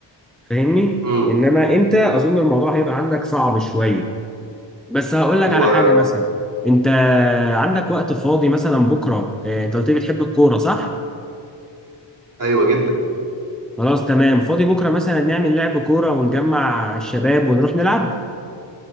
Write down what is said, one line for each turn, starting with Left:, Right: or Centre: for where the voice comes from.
Centre: فاهمني
Right: امم
Centre: انما انت اظن الموضوع هيبقى عندك صعب شويه بس هقول لك
Right: هو
Centre: على حاجة مثلا انت عندك وقت فاضي مثلا بكرة آه، انت قلت لي بتحب الكورة صح؟
Right: ايوه جدا
Centre: خلاص تمام فاضي بكرة مثلا نعمل لعب كورة ونجمع الشباب ونروح نلعب